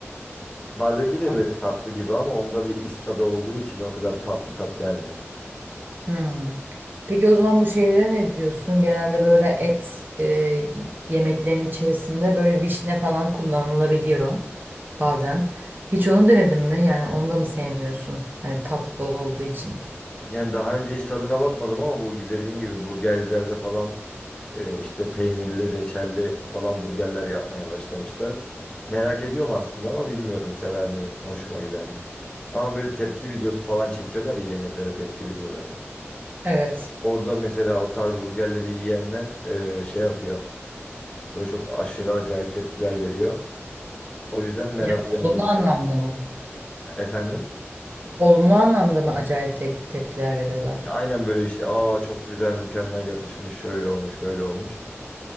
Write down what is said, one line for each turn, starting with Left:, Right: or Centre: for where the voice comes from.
Left: Barbekü de
Right: Bak-
Left: böyle tatlı gibi ama onda bir is tadı olduğu için o kadar tatlı tat gelmiyor.
Right: Hmm. Peki o zaman bu şeylere ne diyorsun? Genelde böyle et e, yemeklerin içerisinde böyle vişne falan kullanılabiliyor bazen. Hiç onu denedin mi? Yani onu da mı sevmiyorsun? Hani tatlı olduğu için.
Left: Yani daha önce hiç tadına bakmadım ama bu dediğin gibi burgercilerde falan Ee, işte peynirli, reçelli falan burgerler yapmaya başlamışlar. Merak ediyorum aslında ama bilmiyorum sever miyim, hoşuma gider mi? Ama böyle tepki videosu falan çekiyorlar ya yemeklere tepki videoları.
Right: Evet.
Left: Orada mesela o tarz burgerleri yiyenler e, şey yapıyor. Böyle çok aşırı acayip tepkiler veriyor. O yüzden merak
Right: Ya,
Left: uyandırıyor.
Right: olumlu anlamda mı?
Left: Efendim?
Right: Olumlu anlamda mı acayip te- tepkiler veriyorlar?
Left: Ya Aynen böyle işte aa çok güzel, mükemmel yakışmış, şöyle olmuş, böyle olmuş.